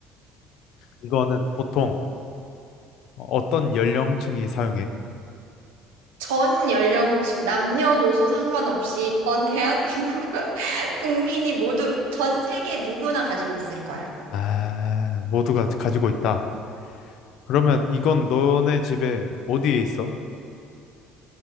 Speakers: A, on the left; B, on the right.
A: 이거는 보통 어떤 연령층이 사용해?
B: 전 연령층, 남녀노소 상관없이 전 대한민국 <laughs> 국민이 모두 전 세계 누구나 가지고 있을 거야.
A: 아, 모두가 가지고 있다. 그러면 이건 너네 집에 어디에 있어?